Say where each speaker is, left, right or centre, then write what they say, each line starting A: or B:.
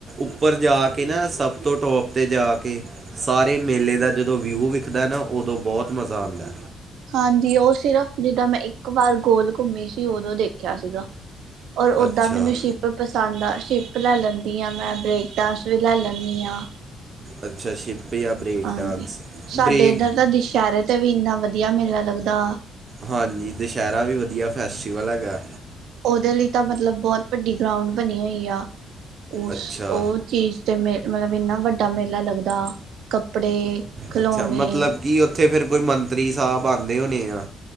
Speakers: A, on the right; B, on the right.
A: ਉੱਪਰ ਜਾ ਕੇ ਨਾ ਸਭ ਤੋਂ ਟੋਪ ਤੇ ਜਾ ਕੇ ਸਾਰੇ ਮੇਲੇ ਦਾ ਜਦੋਂ ਵਿਊ ਵਿਖਦਾ ਨਾ ਉਦੋਂ ਬਹੁਤ ਮਜ਼ਾ ਆਂਦਾ।
B: ਹਾਂਜੀ ਉਹ ਸਿਰਫ ਜਿੱਦਾਂ ਮੈਂ ਇੱਕ ਵਾਰ ਗੋਲ ਘੁੰਮੀ ਸੀ, ਉਦੋਂ ਦੇਖਿਆ ਸੀਗਾ। ਔਰ ਓਦਾਂ
A: ਅੱਛਾ
B: ਮੈਨੂੰ ਸ਼ਿਪ ਪਸੰਦ ਆ। ਸ਼ਿਪ ਲੈ ਲੈਂਦੀ ਹਾਂ, ਮੈਂ ਬ੍ਰੇਕ ਡਾਂਸ ਵੀ ਲੈ ਲੈਂਦੀ ਹਾਂ।
A: ਅੱਛਾ ਸ਼ਿਪ ਜਾਂ ਬ੍ਰੇਕ
B: ਹਾਂਜੀ
A: ਡਾਂਸ
B: ਸਾਡੇ
A: ਬ੍ਰੇਕ
B: ਇੱਧਰ ਤਾਂ ਦੁਸਹਿਰੇ ਤੇ ਵੀ ਇੰਨਾ ਵਧੀਆ ਮੇਲਾ ਲੱਗਦਾ।
A: ਹਾਂਜੀ ਦੁਸਹਿਰਾ ਵੀ ਵਧੀਆ ਫੈਸਟੀਵਲ ਹੈਗਾ।
B: ਉਹਦੇ ਲਈ ਤਾਂ ਮਤਲਬ ਬਹੁਤ ਵੱਡੀ ਗਰਾਊਂਡ ਬਣੀ ਹੋਈ ਆ। ਉਸ
A: ਅੱਛਾ
B: ਉਹ ਚੀਜ਼ ਤੇ ਮੇਰੇ ਮਤਲਬ ਇੰਨਾ ਵੱਡਾ ਮੇਲਾ ਲੱਗਦਾ ਕੱਪੜੇ ਖਿਲੌਣੇ
A: ਅੱਛਾ ਮਤਲਬ ਕਿ ਉੱਥੇ ਫਿਰ ਕੋਈ ਮੰਤਰੀ ਤਾਂ ਬੰਦੇ ਹੋਣੇ ਆ।